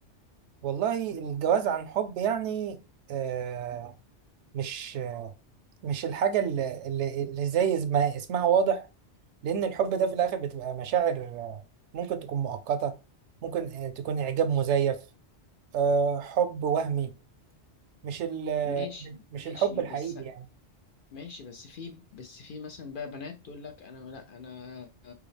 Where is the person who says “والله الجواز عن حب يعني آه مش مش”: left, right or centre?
Right